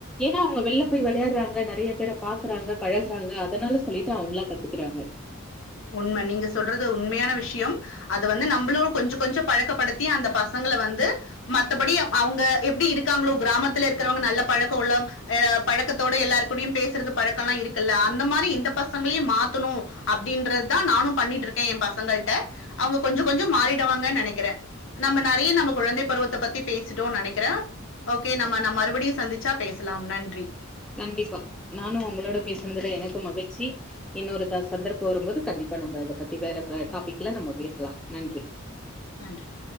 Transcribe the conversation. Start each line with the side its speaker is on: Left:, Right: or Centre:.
Centre: ஏன்னா அவங்க வெளில போய் வெளையாட்றாங்க நெறைய பேர பாக்குறாங்க பழகுறாங்க அதனால சொல்லிட்டு அவங்ளா கத்துக்குறாங்க
Left: உண்ம நீங்க சொல்றது உண்மையான விஷ்யம் அது வந்து நம்மளு கொஞ்ச கொஞ்ச பழக்கப்படுத்தி அந்த பசங்கள வந்து மத்தபடி அவுங்க எப்டி இருக்காங்களோ கிராமத்துல இருக்கிறவங்க நல்ல பழக்கோ உள்ள அ பழக்கத்தோட எல்லார் கூடயு பேஸ்றது பழக்க ல்லா இருக்குல்ல அந்த மாரி இந்த பசங்களையு மாத்தணு அப் அப்டின்றத்தா நானு பண்ணிட்ருக்கே எ பசங்கள்ட அவுங்க கொஞ்சோ கொஞ்சோ மாறிடுவாங்கன் நெனக்கிறே நம்ம நெறைய நம்ம குழந்தை பருவத்த பத்தி பேசிட்டோனு நெனைக்கிற ஓகே நம்ம நம்ப மறுபடியு சந்திச்சா பேசலா நன்றி
Centre: கண்டிப்பா நானு உங்களோட பேசுனதுல எனக்கும் மகிழ்ச்சி இன்னொருதா சந்தர்ப்ப வரும்போது கண்டிப்பா நம்ம இத பத்தி வேற ப டாபிக்ல நம்ம பேசலா நன்றி
Left: நன்றி